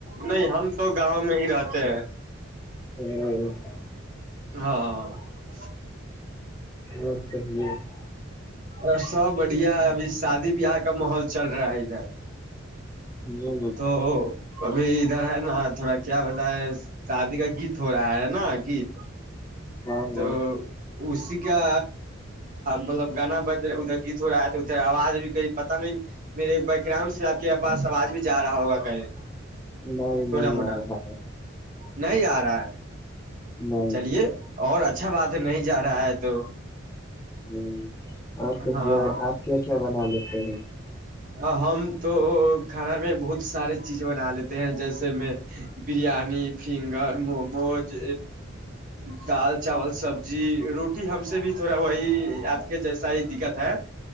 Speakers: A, on the right; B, on the left.
A: نہیں ہم تو گاؤں میں <unintelligible> نہیں رہتے ہیں <inaudible>
B: میں
A: ہاں <unintelligible>
B: اور کہ <unintelligible>
A: ا سب بڑھیا ہے ابھی شادی بیاہ کا ماحول چل رہا ہے ادھر <unintelligible>
B: ہ
A: تو <inaudible> ابھی ادھر ہے نا تھوڑا کیا بتا ہے شادی کا گیت ہو رہا ہے نا گیت
B: ہاں ہاں
A: تو اسی کا مطلب گانا ب ادھر گیت ہو رہا ہے تو ادھر آواز بھی کہیں پتا نہیں میرے بیک گراؤنڈ سے آپ کے پاس آواز بھی جا رہا ہوگا کہیں
B: نہیں
A: تھوڑا
B: نہیں
A: موٹا
B: آ رہا ہے
A: نہیں آ رہا ہے
B: نہیں
A: چلیے اور اچھا بات نہیں جا رہا ہے تو
B: ہ آپ کہ
A: ہاں
B: اور آپ کیا کیا بنا لے ج
A: ہاں ہم تو کھانا میں بہت سارے چیز بنا لیتے ہیں جیسے میں بریانی فنگر موموز دال چاول سبزی روٹی ہم سے بھی تھوڑا وہی آپ کے جیسا ہی دقت ہے